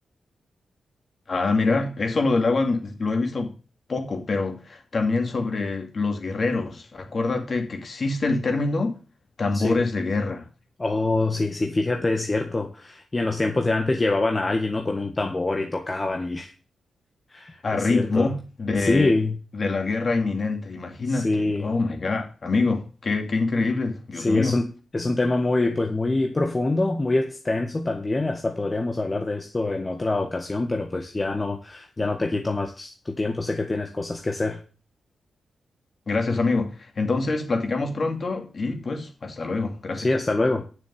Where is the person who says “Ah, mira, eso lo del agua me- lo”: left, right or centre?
Left